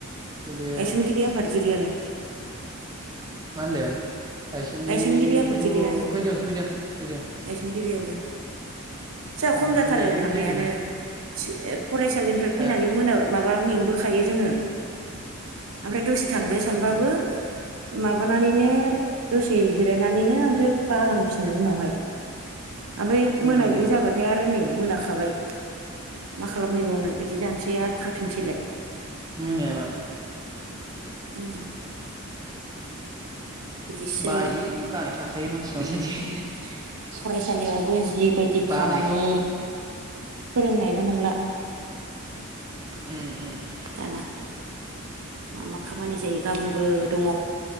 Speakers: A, on the right; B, on the right.
A: फैदों
B: गायसनगिरि आफादगिरिया लाय
A: मान होन्दों? गायसनगिरिथ'
B: गायसनगिरि आफादगिरिया
A: फैदों, फैदों, फैदों।
B: गायसनगिरियाबो जोंहा खम
A: उम
B: जाथारो
A: दिनै बेबो
B: थांनायानो
A: जोदोंना
B: सो फरायसालिनिफ्राय
A: दा
B: फैनानै मोना माबा मेंबोखायो जोंङो। ओमफ्राय दसे थांनो‌ सानबाबो
A: उम
B: माबानानैनो दसे‌ जिराय नानैनो ओमफ्राय बालांफिनो उनावहाय ओमफ्राय
A: उम
B: मोनाबिलि
A: उम
B: जाबाथाय आरो नै मोनाखाबाय मा खालामहैबावनो बिदि जानोसै आर थाफिनसैलाय।
A: मोनायाबा
B: उम बिदिसो
A: बायोलै
B: जायो
A: बानाय थाखायो मानसिनाव सानसे
B: उम फरायसालियावबो जि जि बायदि
A: बानायखौ
B: खामानि फोरोंनायल नंला
A: उम्म उम्म
B: दाना मा मा खाम खामानि जायो गाबोनबो दङ